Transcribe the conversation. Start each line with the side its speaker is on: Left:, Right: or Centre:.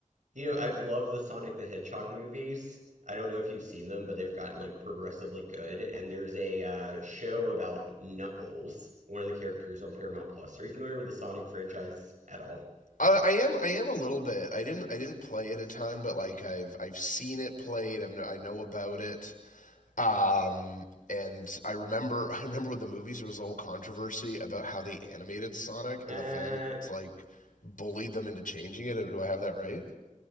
Right: You know, I've loved the Sonic the Hedgehog movies. I don't know if you've seen them, but they've gotten like progressively good. And there's a uh, show about Knuckles, one of the characters on Paramount Plus. Are you familiar with the Sonic franchise at all?
Left: Uh, I am I am a little bit. I didn't I didn't play it a ton, but like I've I've seen it played. I've kn- I know about it. Um, and I remember <laughs> I remember with the movies there was a whole controversy about how they animated Sonic
Right: Uh,
Left: and the fans like bullied them into changing it. Do I have that right?